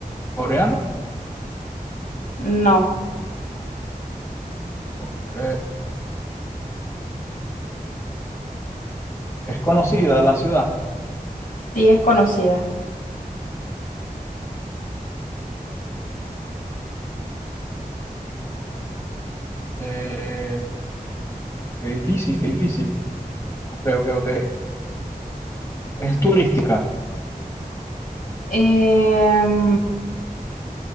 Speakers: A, on the left (about 20°); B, on the left (about 65°).
A: ¿Coreano?
B: no,
A: Ok. ¿Es conocida la ciudad?
B: sí es conocida.
A: Eh, qué difícil, qué difícil. Ok, ok, ok. ¿Es turística?
B: Em,